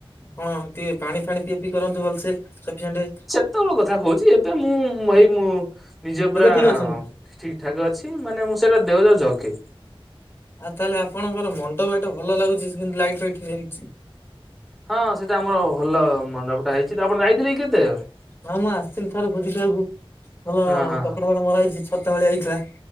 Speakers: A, on the left; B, in the centre.
A: ଆପଣ ଟିକେ ପାଣି ଫାଣି ପିଆ ପିଇ କରନ୍ତୁ ଭଲସେ ସଫିସେଣ୍ଟେ।
B: ସେତବେଳେ କଥା କହୁଚି ଏବେ ମୁଁ ହେଇ ମୁଁ ନିଜେ ପୁରା
A: ଏବେ ଠିକ୍ ଅଛନ୍ତି।
B: ଠିକ୍ ଠାକ୍ ଅଛି ମାନେ ମୁଁ ସେଇଟା ଦେହ <unintelligible> ଜଗେ।
A: ଆଉ ତାହେଲେ ଆପଣଙ୍କର ମଣ୍ଡପ ଏଟା ଭଲ ଲାଗୁଚି କିନ୍ତୁ ଲାଇଟ୍ ଫାଇଟ୍ ହେଇଯାଇଚି।
B: ହଁ ସେଟା ଆମର ଭଲ ମଣ୍ଡପ ଟା ହେଇଚି ତ ଆପଣ ଯାଇଥିଲେ କି କେତେବେଳେ?
A: ହଁ ମୁଁ ଆସିଥିଲି ଥରେ ଭୋଜି ଖାଇବାକୁ ଭଲ
B: ହଁ ହଁ
A: କପଡା ଫପଡା ମରା ହେଇଚି ଛତା ଭଳିଆ ହେଇଥିଲା।